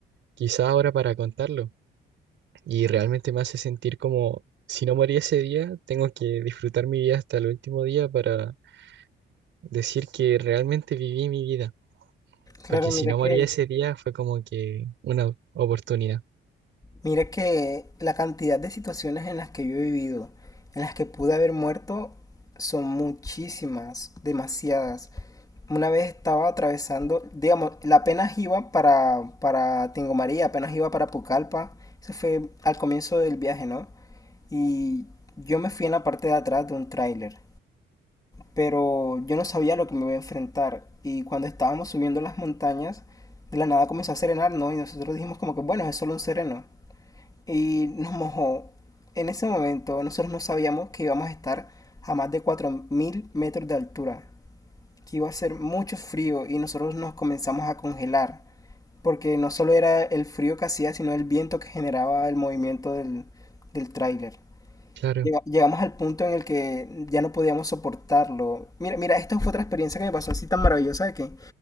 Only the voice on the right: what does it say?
quizá ahora para contarlo. Y realmente me hace sentir como, si no morí ese día, tengo que disfrutar mi vida hasta el último día para decir que realmente viví mi vida, porque
si
no
morí ese día fue como que una oportunidad.
Claro,